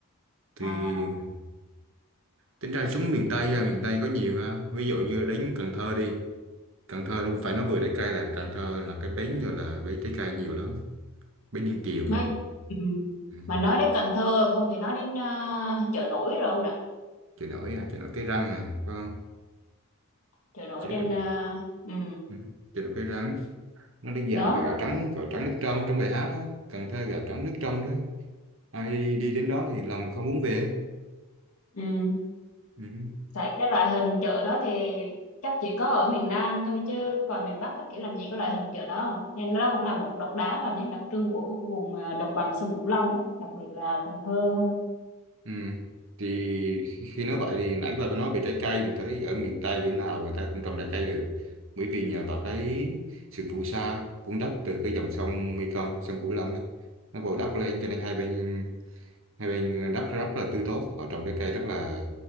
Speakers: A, on the right; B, on the left.
A: thì
B: à
A: tính ra xuống miền Tây ha miền Tây có nhiều ha ví dụ như đến Cần Thơ đi Cần Thơ phải nói vừa trái cây là Cần Thơ là cái bến rồi là bến trái cây nhiều lắm bến Ninh Kiều này
B: nói ừ.
A: ừ.
B: mà nói đến Cần Thơ không thể nói đến à, chợ nổi rồi ông nè
A: chợ nổi à, chợ nổi cái răng này phải không
B: chợ nổi
A: chợ
B: trên
A: nổi
B: à, ừ,
A: ừ. chợ nổi cái răng nó đi dạo
B: đó
A: được gạo trắng gạo trắng nước trong trong bài hát đó Cần Thơ gạo trắng nước trong đó ai đi đến đó thì lòng không muốn về
B: ừ.
A: ừ.
B: tại cái loại hình chợ đó thì chắc chỉ có ở miền Nam thôi chứ còn miền Bắc các kiểu làm gì có loại hình chợ đó nên nó cũng là một độc đáo và nét đặc trưng của vùng à, đồng bằng sông Cửu Long ấy đặc biệt là Cần Thơ hơn
A: Ừ. thì khi khi nói vậy thì nãy bà có nói về trái cây thì thấy ở miền Tây chỗ nào người ta cũng trồng trái cây được bởi vì nhờ vào cái sự phù sa vun đắp từ cái dòng sông Mekong sông Cửu Long ấy, nó bồi đắp lên cho nên hai bên hai bên đất rất là tươi tốt họ trồng trái cây rất là